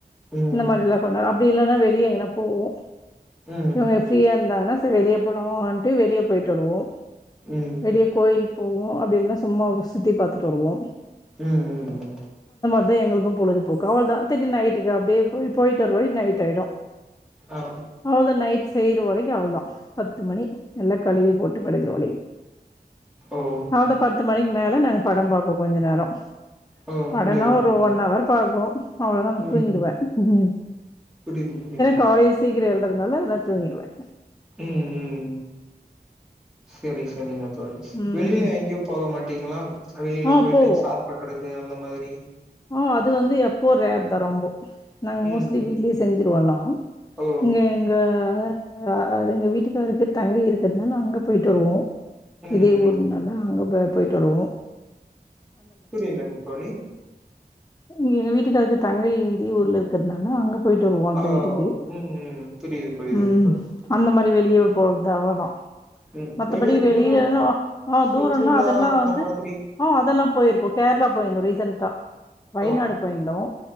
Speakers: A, in the centre; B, on the left.
A: ம்
B: இந்த மாதிரி எல்லாம் போனா அப்டி இல்லைனா வெளிய எங்கனப் போவோம்
A: ம்
B: இவங்க ஃப்ரீயா இருந்தாலு சரி வெளிய போலாவான்ட்டு வெளியே போயிட்டு வருவோம்
A: ம் ம்
B: வெளிய கோயில் போவோம் அப்படி இல்லனா சும்மா சுற்றி பார்த்துட்டு வருவோம்
A: உம் உம் உம்
B: அதான் எங்களுக்கும் பொழுதுபோக்கு அவள தான் செரி நைட்டுக்கு அப்படியே போயிட்டு வர நைட் ஆயிடும்
A: ஆ
B: அவ்ளோதான் நைட் செய்ற வரைக்கு அவளோதான் பத்து மணி எல்லாம் கழிவி போட்டு படுகிற வழி
A: ஓ
B: அவளோதான் பத்து மணிக்கு மேல நாங்க படம் பாப்போம் கொஞ்ச நேரம்
A: ஆ
B: படனா
A: புரியுது புரியுது
B: ஒரு ஒன் அவர் போகும் அவளோதான் நான்
A: ம்
B: தூங்கிடுவேன் உம்
A: புரியுது புரியுது
B: காலையில் சீக்கிரம் எழு ந்துக்குறனால நான் தூங்கிடுவேன்
A: உம் உம் சரி சரிங்க தோழி
B: ம்
A: வெளியில எங்கேயும் போக மாட்டீங்களா வெளியில
B: ஆ
A: போயிட்டு
B: போவோ
A: சாப்பட்றது அந்த மாதிரி
B: ஆ அது வந்து எப்போ ரேர் தான் ரொம்போ நாங்க
A: ம்
B: மோஸ்லி
A: ம்
B: வீட்லயே செஞ்சிருவோம்னா
A: ஓ
B: இங்க எங்க அஹ அது எங்க வீட்டுக்காருக்கு தங்கை இருக்குறதுனால அங்க போயிட்டு வருவோம்
A: ம்
B: இதே
A: ம்
B: ஊர்னால அங்க போ போய்ட்டு வருவோம்
A: புரியலங்க தோழி
B: இங்க எங்க வீட்டுக்காருக்கு தங்கை இதே ஊர்ல இருக்கிறதுனால அங்க போயிட்டு வருவோம் அந்த
A: ஆ
B: வீட்டுக்கு
A: ம் ம் புரியுது புரியுதுங்க
B: உம்
A: தோழி
B: அந்த மாரி வெளியே
A: ம்
B: போறது அவ்வளோதான்
A: ம்.
B: மத்தபடி
A: வெளிய
B: வெளியில
A: தூரோ
B: அஹ
A: சுற்றுலா
B: தூரம்னா அதெல்லாம்
A: அந்த
B: வந்து
A: மாதிரி
B: அஹ அதெல்லாம் போயிருக்கோம் கேரளா போயிருந்தோம் ரீசென்டா வயநாடு
A: ஓ
B: போயிருந்தோம்